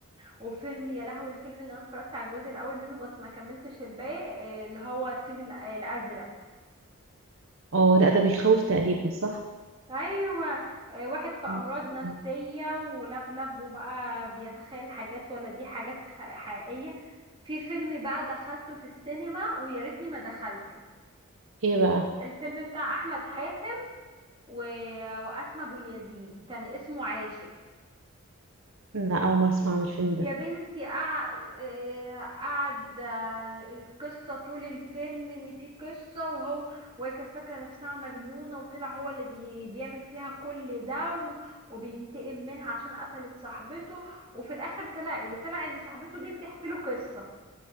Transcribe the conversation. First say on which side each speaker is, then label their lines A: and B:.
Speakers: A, on the right; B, on the right.
A: وفيلم يا لهوي الفيلم اللي انا اتفرجت على الجزء الاول منه بس ما كملتش الباقي آه، اللي هو الفيل الأ- الازرق
B: اه لا ده بيخوف تقريبا صح
A: ايوه آه، واحد في امراض
B: مم.
A: نفسيه ولاب لاب وبقى بيتخيل حاجات ولا دي حاجات خ- حقيقيه في فيلم بقى دخلته في السينما ويا ريتني ما دخلته
B: ايه بقى
A: الفيلم بتاع احمد حاتم و... واسماء ابو اليزيد كان اسمه عاشق
B: لا اول مرة اسمع عن الفيلم
A: يا
B: ده
A: بنتي قع- آه، قعد آه، القصة طول الفيلم ان في قصة وهو وهي كانت فاكرة نفسها مجنونة وطلع هو اللي بي... بيعمل فيها كل ده و... وبينتقم منها عشان قتلت صاحبته وفي الاخر طلع ايه طلع ان صاحبته دي بتحكي له قصة